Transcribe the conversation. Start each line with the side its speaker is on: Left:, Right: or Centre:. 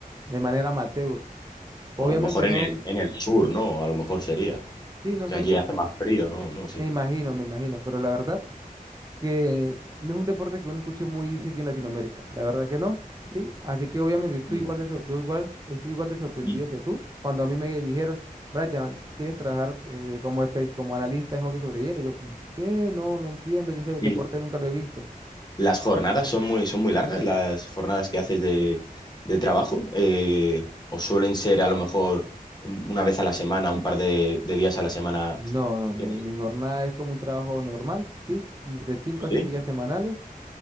Right: de manera amateur. Obviamente
Left: O a lo mejor en
Right: no
Left: el,
Right: es un,
Left: en el sur, ¿no? A lo mejor sería.
Right: sí, no
Left: Que
Right: sé
Left: allí
Right: en qué,
Left: hace
Right: po-
Left: más frío, ¿no? No sé.
Right: me imagino, me imagino, pero la verdad que no es un deporte que uno escuche muy seguido en Latinoamérica, la verdad que no, sí, así que obviamente yo estoy
Left: Mm.
Right: igual de, so- yo igual, estuve igual de sorprendido
Left: ¿Y,
Right: que tú cuando a mí me dijeron, Brian, ¿quieres trabajar eh, como, espe- como analista de hockey sobre hielo? Yo como, ¿qué? No, no entiendo, yo ese
Left: y
Right: deporte nunca lo he visto.
Left: las jornadas son muy, son muy largas? ¿Las jornadas que haces de, de trabajo? Eh, ¿o suelen ser a lo mejor una vez a la semana, un par de, de días a la semana?
Right: No, no, mi,
Left: ¿Tienes?
Right: mi jornada es como un trabajo normal, sí, entre 5 a
Left: ¿Sí?
Right: 6 días semanales.